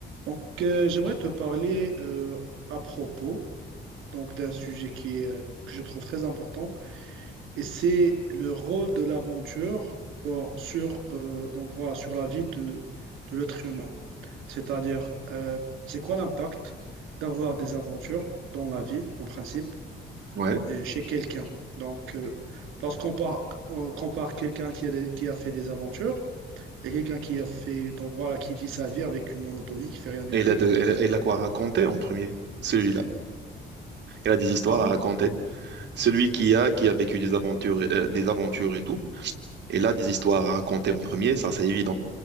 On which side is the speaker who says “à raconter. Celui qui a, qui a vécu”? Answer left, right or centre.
Right